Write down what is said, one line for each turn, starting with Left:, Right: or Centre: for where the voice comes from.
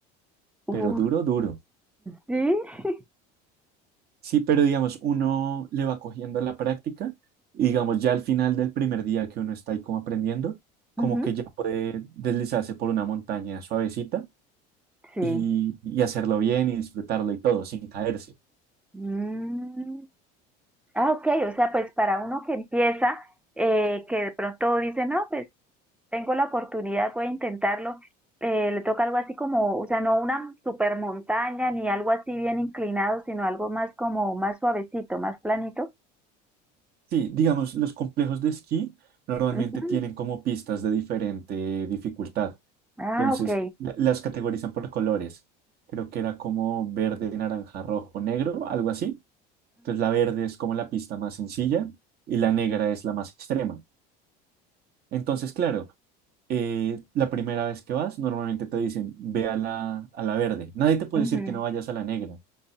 Centre: Uh,
Right: pero duro, duro.
Centre: sí. <laughs>
Right: Sí, pero digamos, uno le va cogiendo la práctica y digamos, ya al final del primer día que uno está ahí como aprendiendo, como
Centre: ujú.
Right: que ya puede deslizarse por una montaña suavecita
Centre: Sí.
Right: y, y hacerlo bien y disfrutarlo y todo, sin caerse.
Centre: Mm. Ah, ok, o sea, pues para uno que empieza, eh, que de pronto dice, no, pues tengo la oportunidad, voy a intentarlo, eh, le toca algo así como, o sea, no una super montaña ni algo así bien inclinado, sino algo más como más suavecito, más planito.
Right: Sí, digamos, los complejos de esquí normalmente
Centre: Ujú.
Right: tienen como pistas de diferente dificultad.
Centre: Ah,
Right: Entonces,
Centre: ok.
Right: la- las categorizan por colores. Creo que era como verde, naranja, rojo, negro, algo así. Entonces, la verde es como la pista más sencilla y la negra es la más extrema. Entonces, claro, eh, la primera vez que vas, normalmente te dicen, ve a la, a la verde. Nadie te puede
Centre: Ujú.
Right: decir que no vayas a la negra